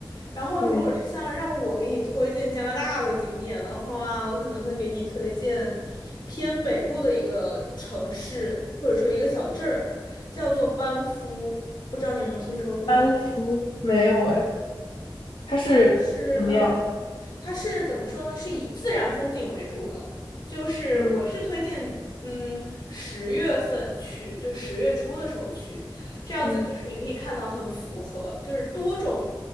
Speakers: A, on the left (about 55°); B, on the left (about 85°).
A: 然后，
B: 对。
A: 如果是像让我给你推荐加拿大的景点的话，我可能会给你推荐偏北部的一个城市，或者说一个小镇儿，叫做班夫。不知道你有没有听说过呢？
B: 安福没有哎，它是什么样？
A: 它就是嗯。它是怎么说呢？是以自然风景为主的，就是我是推荐，
B: 嗯
A: 嗯，十月份去，就十月初的时候去，这样子就是你可以看到很符合，
B: 嗯
A: 就是多种，